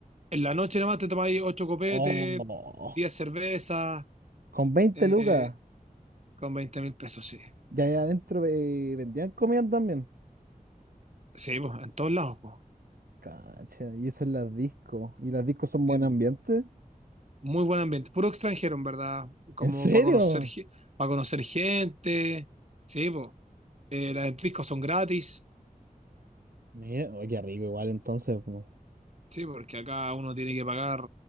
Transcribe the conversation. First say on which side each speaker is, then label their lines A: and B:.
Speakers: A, on the right; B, on the right.
A: en la noche nomás te tomás ahí 8 copetes,
B: Oh,
A: 10 cervezas,
B: con veinte
A: eh,
B: lucas.
A: con veinte mil pesos, sí.
B: Ya ahí adentro eh, vendían comida también.
A: Sí, pues, en todos lados, pues.
B: Cacha, y eso es las discos. ¿Y las discos son
A: El-
B: buen ambiente?
A: muy buen ambiente, puro extranjero, en verdad, como
B: ¿En serio?
A: para conocer, para conocer gente, sí, pues. Eh, las discos son gratis,
B: Mira, oye, qué rico igual entonces. po.
A: sí, porque acá uno tiene que pagar.